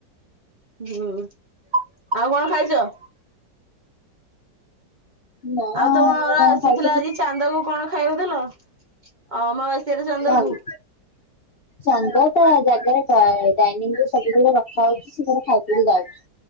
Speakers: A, on the right (about 30°); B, on the left (about 55°).
A: ହୁଁ -ଆଉ କଣ ଖାଇଚ?
B: ନା
A: ଆଉ
B: ଆମର
A: ତମର
B: କଣ
A: ଆସିଥିଲା
B: ଖାଇଥିଲୁ
A: ଆଜି ଚାନ୍ଦ କୁ କଣ ଖାଇବାକୁ ଦେଲ? ଅମାବାସ୍ୟା ରେ ଚାନ୍ଦକୁ
B: ସରି ଚାନ୍ଦ ଟା ଜାଗାରେ ଡାଇନିଂ ରୁ ସବୁବଳେ ରଖା ହଉଚି। ସେ ତାର ଖାଇ ପିଇକି ଯାଉଚି।